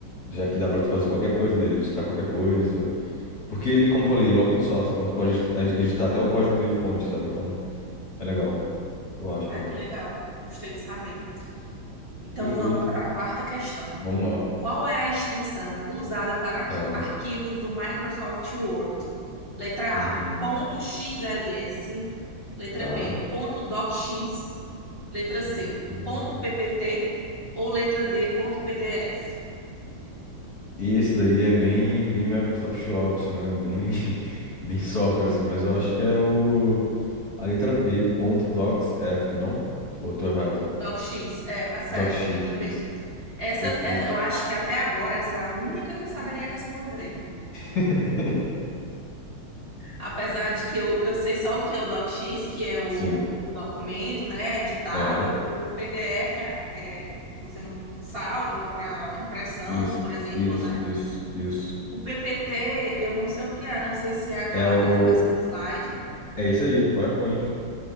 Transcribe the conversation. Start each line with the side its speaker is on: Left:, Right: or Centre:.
Left: Já que dá pra tu fazer qualquer coisa nele, editar qualquer coisa. Porque ele, como eu falei, ele é open source, então tu pode edi- editar até o código dele fonte, sabe? Então é legal. Eu acho,
Right: Ai,
Left: pelo
Right: que
Left: menos.
Right: legal. Gostei de saber. Então,
Left: Perfeito.
Right: vamos para a quarta questão.
Left: Vamos lá.
Right: Qual é a extensão usada para
Left: Tá.
Right: arquivos do Microsoft Word? Letra
Left: Hum,
Right: A, ponto .xls. Letra
Left: tá.
Right: B, ponto .docx. Letra C,
Left: Hum.
Right: ponto .ppt. Ou letra D, ponto .pdf.
Left: E esse daí é bem, bem Microsoft Office, né? Bem, <laughs> bem software, assim, mas eu acho que é o. A letra B ponto Docs F não? Ou eu tô errado?
Right: DocX, é, tá certo,
Left: DocX,
Right: a letra B.
Left: isso.
Right: Essa,
Left: Perfeito.
Right: é- eu acho que até agora essa é a única que eu saberia responder.
Left: <laughs>
Right: apesar de que eu, eu sei só o que é o DocX, que é o,
Left: Sim.
Right: o documento, né, editável,
Left: Aham.
Right: o PDF é, é, você não salva para impressão,
Left: Isso,
Right: por exemplo,
Left: isso,
Right: né?
Left: isso, isso.
Right: O PPT, eu não sei o que é, não sei se é aquela
Left: É o.
Right: apresentação de slide,
Left: É isso aí, PowerPoint.